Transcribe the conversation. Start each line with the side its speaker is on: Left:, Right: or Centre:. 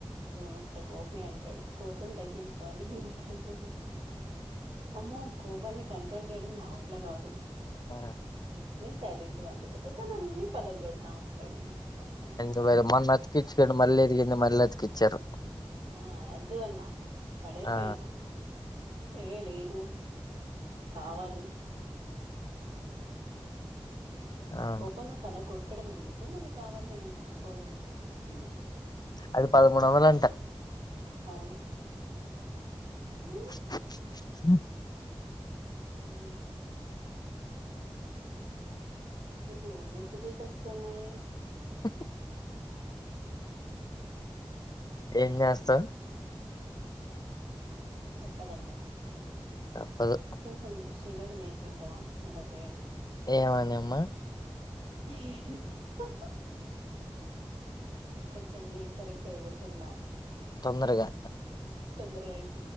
Right: ఫస్ కోపమే అంటాడు కోపం తగ్గించుకోని నేను ఉంటాను అమ్మో కోపాన్ని కంట్రోల్ చేయడం నా వల్ల కాదు
Left: ఆహా
Right: నేన్ సైలెంట్ గా ఉండిపోతా తన్ అన్ని పలగొడతా ఉంటాడన్న మాట అల
Left: ఇవాళ మొన్న అతుకిచ్చుకోండి మల్లీ ఇరిగింది మళ్ అతికిచ్చారు
Right: ఆ అద్దు అన్నా పడేసే
Left: ఆ
Right: అన్నా అంటే లేదు కావాలి
Left: అవును
Right: కోపంలో పలగొట్టడం ఎందుకు మళ్ళీ కావాలి అని అనుకోవడం ఎందుకు
Left: అది పదమూడు వందలంట
Right: అవును
Left: అ
Right: ఆ, ఊ మీకు మెసేజెస్ వస్తున్నాయి
Left: అహ ఏం చేస్తావ్
Right: చెప్పదంట
Left: తప్పదు
Right: కొంచెం శివకి నేర్పించవా ఇలా చేయడం
Left: ఏమనిమ్మా
Right: అహ కొంచెం లేట్ గా రిప్లై ఇవ్వకుండా
Left: తొందరగా
Right: తొందరగా ఇప్